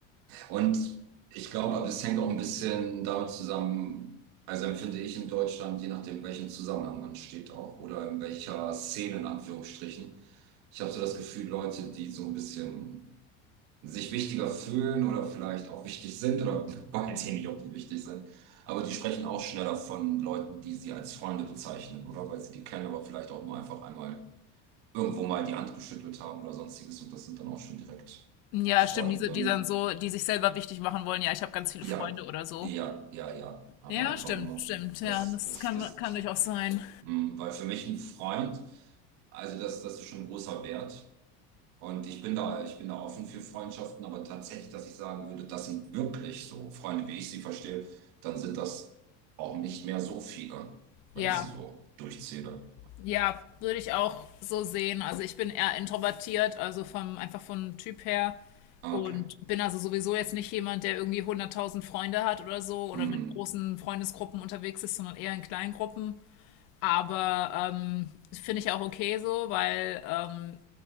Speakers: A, on the right; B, on the left.
A: Und ich glaube, aber es hängt auch ein bisschen damit zusammen, also empfinde ich in Deutschland, je nachdem, in welchem Zusammenhang man steht auch oder in welcher Szene in Anführungsstrichen. Ich habe so das Gefühl, Leute, die so ein bisschen sich wichtiger fühlen oder vielleicht auch wichtig sind oder <laughs> weiß ich nicht, ob die wichtig sind, aber die sprechen auch schneller von Leuten, die sie als Freunde bezeichnen oder weil sie die kennen, aber vielleicht auch nur einfach einmal irgendwo mal die Hand geschüttelt haben oder sonstiges und das sind dann auch schon direkt
B: Ja,
A: Freunde,
B: stimmt, diese, die
A: ne?
B: dann so, die sich selber wichtig machen wollen, ja, ich habe ganz viele
A: Ja,
B: Freunde oder so.
A: ja, ja, ja. Aber
B: Ja,
A: einfach
B: stimmt,
A: nur,
B: stimmt. Ja,
A: das,
B: das
A: das,
B: kann,
A: das,
B: kann durchaus sein.
A: mh, weil für mich ein Freund, also das, das ist schon ein großer Wert. Und ich bin da, ich bin da offen für Freundschaften, aber tatsächlich, dass ich sagen würde, das sind wirklich so Freunde, wie ich sie verstehe, dann sind das auch nicht mehr so viele,
B: Ja,
A: wenn ich sie so durchzähle.
B: ja, würde ich auch so sehen. Also ich bin eher introvertiert, also vom, einfach vom Typ her.
A: Ah,
B: Und
A: Okay.
B: bin also sowieso jetzt nicht jemand, der irgendwie hunderttausend Freunde hat oder so oder
A: Mhm.
B: mit großen Freundesgruppen unterwegs ist, sondern eher in kleinen Gruppen. Aber ähm, finde ich auch okay so, weil ähm,